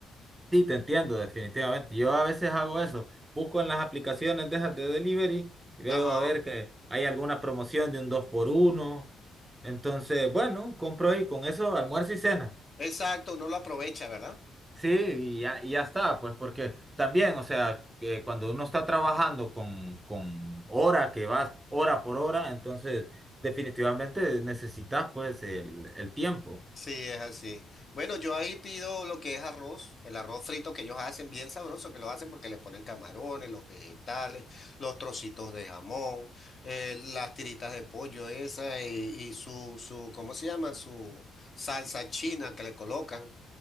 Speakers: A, on the right; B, on the left.
A: Sí, te entiendo, definitivamente. Yo a veces hago eso, busco en las aplicaciones de esas de delivery y veo
B: Ajá,
A: a ver que hay alguna promoción de un dos por uno. Entonces, bueno, compro ahí con eso almuerzo y cena.
B: exacto, uno lo aprovecha, ¿verdad?
A: Sí, y ya, y ya está, pues porque también, o sea, que cuando uno está trabajando con, con hora que vas hora por hora, entonces definitivamente necesitas pues el, el tiempo.
B: Sí, es así. Bueno, yo ahí pido lo que es arroz, el arroz frito que ellos hacen, bien sabroso, que lo hacen porque le ponen camarones, los vegetales, los trocitos de jamón, eh, las tiritas de pollo esa y, y su, su, ¿cómo se llama? Su salsa china que le colocan,